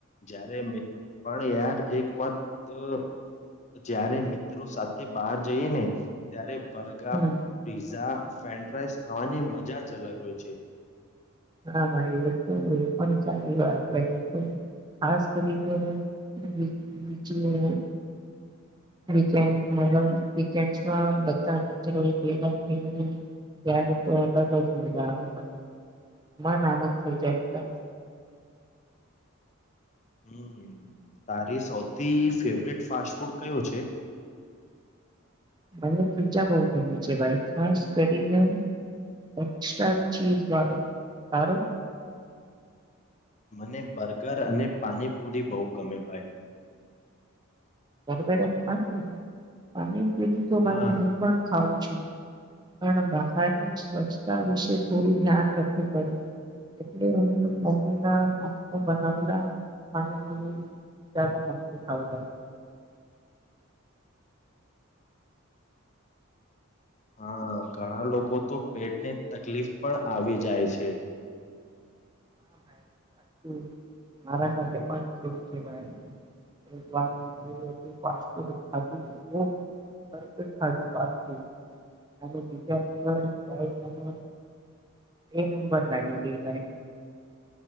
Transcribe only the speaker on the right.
હા
હા, મારે એ તો એ પણ સારી વાત ભાઈ એ તો ખાસ કરીને <unintelligible> વિકેન્ડ <unintelligible> વેકેન્ડ્સમાં બધા મિત્રોએ ભેગા થઈ ને ત્યારે તો અલગ જ મજા આવેલા. મન આનંદ થઈ જાય <unintelligible>
મને બીજા બઉ ગમે છે ભાઈ ખાસ કરીને એકસ્ટ્રા ચીજ બાળો આરો.
બરોબર અને પાણી પુરી. પાણી પુરી તો
ભાઈ હું પણ ખાઉ છું. પણ બહારની સ્વચ્છતા વિશે થોડું ધ્યાન રખવું પડે. એટલે હું મમ્મીના હાથમાં બનાવેલા પાણી પુરી જયાદા મનથી ખાવું ભાઈ.
હા
ભાઈ સાચું મારા સાથે પણ થયુ છે ભાઈ. અને બારનું જેવું હતું ફાસ્ટ ફૂડ ખાધું <unintelligible> ભરપેટ ખાધું ફાસ્ટ ફૂડ અને બીજા દિવસ ભાઈ મને એ નંબર લાગી ગઈ ભાઈ.